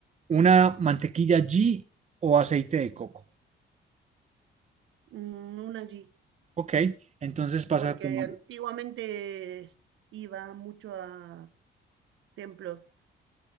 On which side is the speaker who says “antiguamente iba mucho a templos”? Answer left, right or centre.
Right